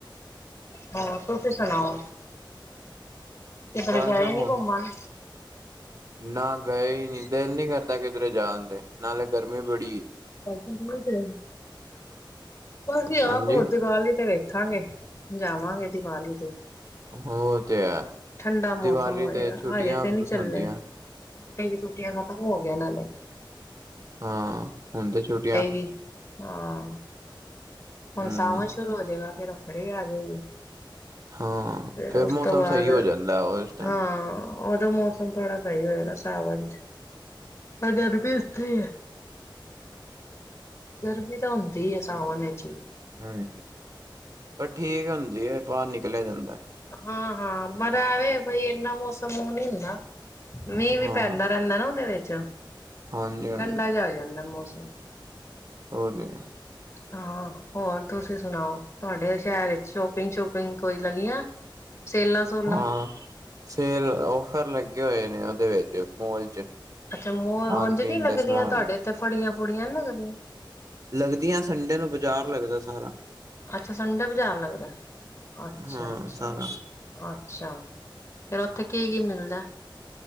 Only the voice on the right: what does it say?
ਬਸ
ਹੁਣ
ਨਾ ਗਏ ਈ ਨੀ। ਦਿਲ ਨੀ ਕਰਦਾ ਕਿਧਰੇ ਜਾਨ ਤੇ ਨਾਲੇ ਗਰਮੀ ਬੜੀ ਏ।
ਹਾਂਜੀ
ਉਹ ਤੇ ਹੈ
ਦੀਵਾਲੀ
ਤੇ ਛੁੱਟੀਆਂ
ਹੁੰਦੀਆਂ
ਹਾਂ, ਹੁਨ ਤੇ ਛੁਟੀਆਂ
ਹਮ
ਹਾਂ
ਮੌਸਮ
ਸਹੀ ਹੋ ਜਾਂਦਾ ਉਸ ਟਾਈਮ
ਹਾਂਜੀ, ਪਰ ਠੀਕ ਹੁੰਦੀ ਏ ਬਾਰ ਨਿਕਲਿਆ ਜਾਂਦੈ।
ਹਾਂ
ਹਾਂਜੀ ਹਾਂਜੀ
<unintelligible>
ਹਾਂ ਸੇਲ, ਓਫਰ ਲੱਗੇ ਹੋਏ ਨੇ ਓਦੇ ਵਿੱਚ ਮੋਲ ਚ।
ਖਾਣ
ਪੀਣ
ਦੇ ਸਮਾਨ
ਲੱਗਦੀਆਂ, ਸੰਡੇ ਨੂੰ ਬਾਜ਼ਾਰ ਲੱਗਦਾ ਸਾਰਾ।
ਹਾਂ
ਸਾਰਾ